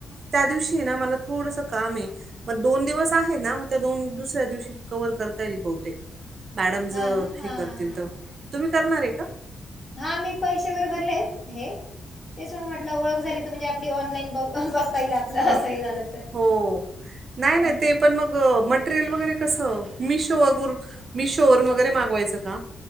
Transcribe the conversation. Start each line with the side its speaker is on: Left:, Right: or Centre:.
Right: त्या दिवशी ना मला थोडसं काम आहे. मग दोन दिवस आहे ना, मग त्या दोन दुसऱ्या दिवशी कव्हर करता येईल बहुतेक मॅडम ज
Left: हा ना हा
Right: हे करतील त, तुम्ही करणार आहे का?
Left: हा मी पैसे वगैरे भरलेत हे तेच मी म्हटलं ओळख झाली त म्हणजे आणि ऑनलाईन बघू बघता येईल आपलं
Right: हां
Left: असं हे झालं तर
Right: हो नाही नाही
Left: ह
Right: ते पण मग मटेरियल वगैरे कसं मिशो वगून मिशो वरून वगैरे मागवायचं का?